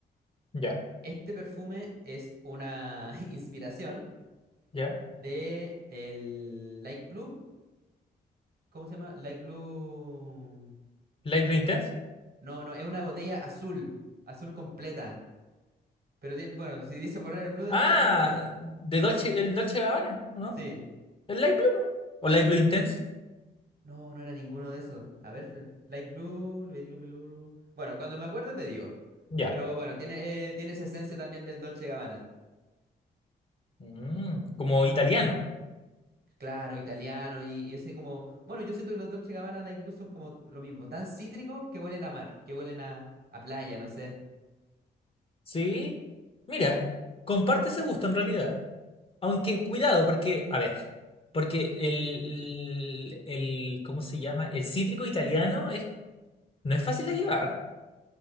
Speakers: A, on the left; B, on the right.
A: ya,
B: Este perfume es una <laughs> inspiración
A: ya.
B: de el Light Blue, ¿cómo se llama? Light Blue...
A: Light Blue Intense.
B: No, no, es una botella azul, azul completa. Pero tiene, bueno, si dice Forever Blue debe
A: Ah,
B: ser algo así.
A: de Dolce, el Dolce Gabbana, ¿o ¿no?
B: Sí.
A: ¿El Light Blue? ¿O Light Blue Intense?
B: No, no era ninguno de esos. A ver, Fre- Light Blue, Light Blue, Blue, Blue. Bueno, cuando me acuerdo te digo.
A: Ya.
B: Pero bueno, tiene, eh, tiene esa esencia también del Dolce Gabbana.
A: Mm, como italiano.
B: Claro, italiano y, y ese como... Bueno, yo siento que los Dolce Gabbana Light Blue son como lo mismo. Tan cítricos que huelen a mar, que huelen a, a playa, no sé.
A: Sí. Mira, comparte ese gusto en realidad. Aunque cuidado, porque, a ver, porque el, el, ¿cómo se llama? El cítrico italiano es, no es fácil de llevar.